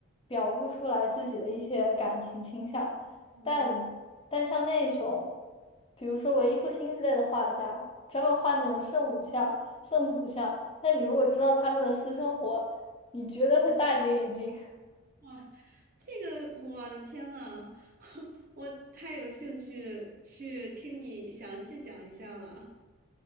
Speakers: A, on the left; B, on the right.
A: 表露出来自己的一些感情倾向，
B: 嗯
A: 但但像那种，比如说文艺复兴之类的画家，专门画那种圣母像、圣子像，但你如果知道他们的私生活，
B: 嗯
A: 你绝对会大跌眼镜。
B: 哇，这个我的天呐，<laughs> 我太有兴趣去听你详细讲一下了。